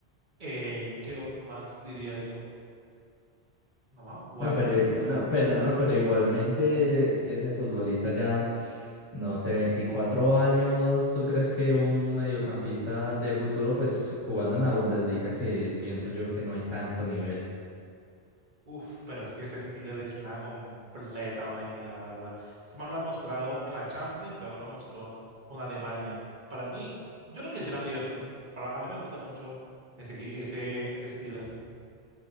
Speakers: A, on the right; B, on the left.
A: Eh, ¿qué otro más diría yo? No me acuerdo
B: No, pero,
A: exactamente.
B: i- no, pero, no, pero igualmente ese futbolista ya, no sé, 24 años, ¿tú crees que un mediocampista de futuro, pues jugando en la Bundesliga, que pienso yo que no hay tanto nivel,
A: Uf, pero es que ese Steeler es una completa máquina, la verdad. Ese man lo ha demostrado en la Champions y también lo mostró con Alemania. Para mí, yo lo quisiera en Liverpool. Para, a mí me gusta mucho ese, gui- ese, ese Steeler.